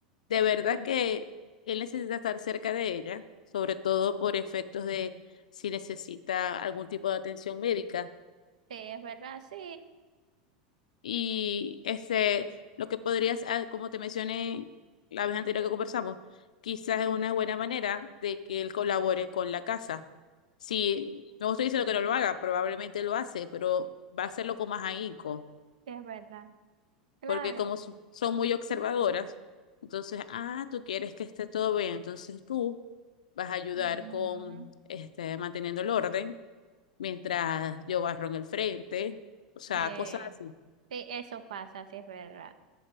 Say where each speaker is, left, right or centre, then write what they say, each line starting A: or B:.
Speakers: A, on the left; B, on the right.
A: de verdad que él necesita estar cerca de ella, sobre todo por efectos de si necesita algún tipo de atención médica
B: Sí, es verdad, sí,
A: Y este, lo que podrías, ah, como te mencioné la vez anterior que conversamos, quizás es una buena manera de que él colabore con la casa. Si no estoy diciendo que no lo haga, probablemente lo hace, pero va a hacerlo con más ahínco,
B: sí, es verdad. Claro.
A: porque como su- son muy observadoras, entonces, ah, tú quieres que esté todo bien, entonces tú vas a ayudar
B: Ujú.
A: con este, manteniendo el orden mientras yo barro en el frente, o sea,
B: sí,
A: cosas así.
B: sí, eso pasa, sí, es verdad.